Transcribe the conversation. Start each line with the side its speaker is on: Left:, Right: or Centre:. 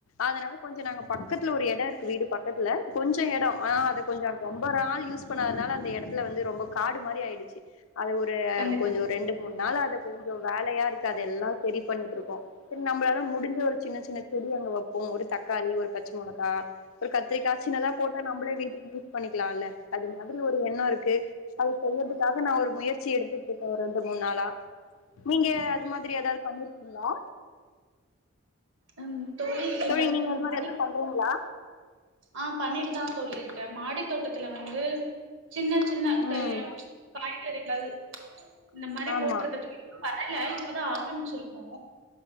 Left: அதனால கொஞ்சோ நாங்க பக்கத்துல ஒரு எடோ இருக் வீடு பக்கத்துல கொஞ்சோ எடோ ஆ அத கொஞ்சோ ரொம்ப நாள் யூஸ் பண்ணாதனால அந்த எடத்துல வந்து ரொம்ப காடு மாரி ஆய்டுச்சு அது ஒரு
Right: கண்டிப்பா
Left: கொஞ்சோ
Right: தோழி
Left: ரெண்டு மூண் அன்னால அத கொஞ்சோ வேலயா இருக்கா அதெல்லா சரி பண்ணிட்டு இருக்கோ சரி நம்பளால முடிஞ்ச ஒரு சின்ன சின்ன செடி அங்க வெப்போ ஒரு தக்காளி ஒரு பச்ச மொளக்கா கத்திரிக்கா சின்னதா போட்டா நம்பளே வீட்டுக்கு யூஸ் பண்ணிக்கலால்ல அது மாதிரி ஒரு எண்ணோஇருக்கு அத செய்யறதுக்காக நா ஒரு முயற்சி எடுத்துட்டு இருக்கே ரெண்டு மூணு நாளா நீங்க அது மாதிரி ஏதாவது பண்ணிருக்கீங்களா
Right: ம் தோழி எங்களுக்கு
Left: தோழி நீங்க அது
Right: மாடி
Left: மாரி ஏதாவ் பண்றீங்களா
Right: ஆ பண்ணிட்டு தா தோழி இருக்க மாடி தோட்டத்துல வந்து சின்ன சின்ன கைய
Left: ம்
Right: காய்கறிகள் இந்த மாறி
Left: ஆமா
Right: போட்டிருக்க தோழி வரல இப்பதா ஆரம்பிச்சிருக்கோ